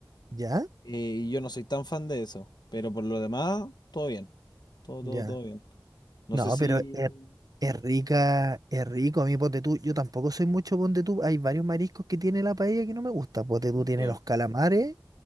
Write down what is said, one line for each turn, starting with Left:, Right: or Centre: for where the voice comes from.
Right: ¿Ya?
Left: eh, y yo no soy tan fan de eso. Pero por lo demás, todo bien. Todo,
Right: Ya.
Left: todo, todo bien. No
Right: No,
Left: sé si.
Right: pero es, es rica, es rico. A mí, ponte tú, yo tampoco soy mucho ponte tú. Hay varios mariscos que tiene la paella que no me gusta. Ponte tú tiene
Left: Ya.
Right: los calamares,